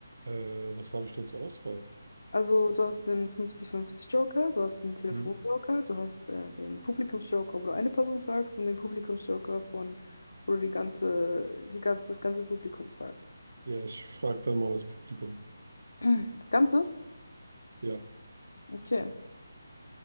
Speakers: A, on the right (about 70°); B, on the left (about 75°).
A: Äh, was habe ich denn zur Auswahl?
B: Also du hast den 50-50-Joker, du hast den Telefon-Joker,
A: Mhm.
B: du hast äh, den Publikums-Joker, wo du eine Person fragst und den Publikums-Joker von, wo du die ganze, die ganze, das ganze Publikum fragst.
A: Ja, ich frage dann mal das Publikum.
B: <clears throat> Das Ganze?
A: Ja,
B: Okay.